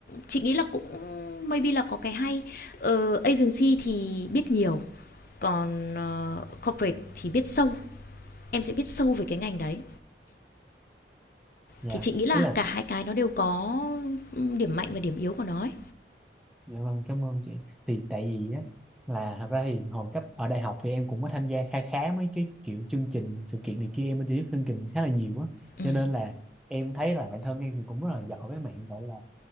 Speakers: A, on the left (about 50°); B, in the centre.
A: chị nghĩ là cũng maybe là có cái hay ờ, agency thì biết nhiều còn ờ, corporate thì biết sâu em sẽ biết sâu về cái ngành đấy
B: Dạ,
A: thì chị nghĩ là
B: ý là
A: cả hai cái nó đều có điểm mạnh và điểm yếu của nó ấy
B: dạ vâng cảm ơn chị. Thì tại vì á là thật ra thì hồi cấp ở đại học thì em cũng có tham gia khá khá mấy cái kiểu chương trình sự kiện này kia em mới tiếp xúc chương trình khá là nhiều á.
A: ừ,
B: Cho nên là em thấy là bản thân em thì cũng rất là giỏi với mạng gọi là